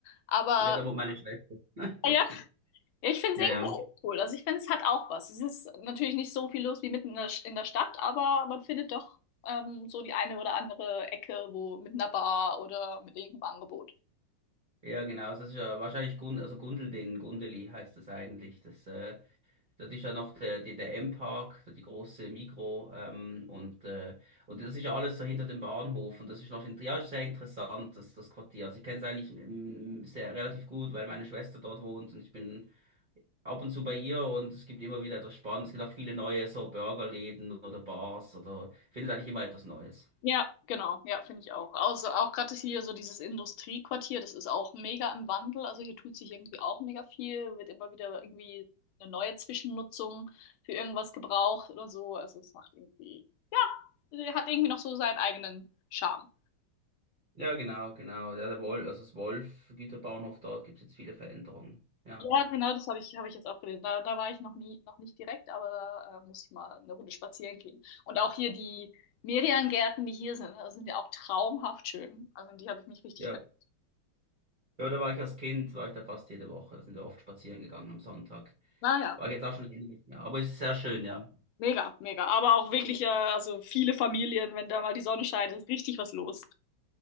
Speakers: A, on the left (about 85°); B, on the right (about 70°).
A: aber
B: Ja, da wohnt meine Schwester. <laughs>
A: ah
B: Lustig.
A: ja, ja, ich finde
B: Ja,
A: es irgendwie
B: ja.
A: auch cool, also ich finde, es hat auch was. Es ist natürlich nicht so viel los wie mitten in der, in der Stadt, aber man findet doch ähm, so die eine oder andere Ecke, wo mit einer Bar oder mit irgendeinem Angebot.
B: Ja, genau, also das ist ja wahrscheinlich Gund, also Gundelding, Gundeli heißt das eigentlich. Das, äh, das ist ja noch der, der, der M-Park, die große Migro, ähm, und, äh, und das ist ja alles so hinter dem Bahnhof und das ist noch in, ja, ist sehr interessant, das, das Quartier. Also ich kenne es eigentlich ähm, sehr relativ gut, weil meine Schwester dort wohnt und ich bin ab und zu bei ihr und es gibt immer wieder etwas Spannendes. Es gibt auch viele neue so Burgerläden oder Bars oder findet eigentlich immer etwas Neues.
A: Ja, genau. Ja, finde ich auch. Also auch gerade hier so dieses Industriequartier, das ist auch mega im Wandel. Also hier tut sich irgendwie auch mega viel, wird immer wieder irgendwie eine neue Zwischennutzung für irgendwas gebraucht oder so. Also es macht irgendwie, ja, hat irgendwie noch so seinen eigenen Charme.
B: Ja, genau, genau. Ja, der Wolf, also das Wolf-Güterbahnhof dort gibt es jetzt viele Veränderungen. Ja.
A: Ja, genau, das habe ich, habe ich jetzt auch gelesen. Da, da war ich noch nie, noch nicht direkt, aber da äh, muss ich mal eine Runde spazieren gehen. Und auch hier die Merian-Gärten, die hier sind, also sind ja auch traumhaft schön. Also in die habe ich mich richtig
B: Ja.
A: verliebt.
B: Ja, da war ich als Kind, war ich da fast jede Woche. Da sind wir oft spazieren gegangen am Sonntag.
A: Naja.
B: War ich jetzt auch schon länger nicht mehr. Aber es ist sehr schön, ja.
A: Mega, mega. Aber auch wirklich, äh, also viele Familien, wenn da mal die Sonne scheint, ist richtig was los.